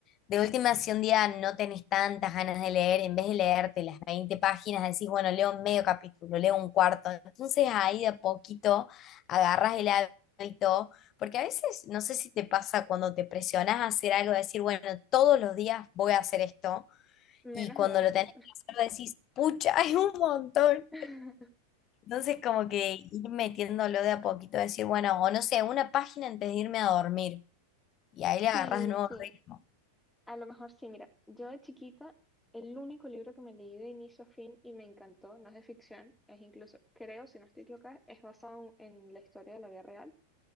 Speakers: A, on the left; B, in the centre.
A: De última, si un día no tenés tantas ganas de leer, en vez de leerte las 20 páginas, decís, bueno, leo medio capítulo, leo un cuarto. Entonces ahí de a poquito agarras el hábito, porque a veces, no sé si te pasa cuando te presionás a hacer algo, decir, bueno, todos los días voy a hacer esto,
B: menos
A: y cuando
B: lo haces.
A: lo tenés que hacer decís, pucha, <laughs> es un montón.
B: <laughs>
A: Entonces como que ir metiéndolo de a poquito, decir, bueno, o no sé, una página antes de irme a dormir, y ahí le agarras
B: Sí,
A: de nuevo
B: sí,
A: ritmo.
B: a lo mejor sí. Mira, yo de chiquita, el único libro que me leí de inicio a fin y me encantó, no es de ficción, es incluso, creo, si no estoy equivocada, es basado en, en la historia de la vida real,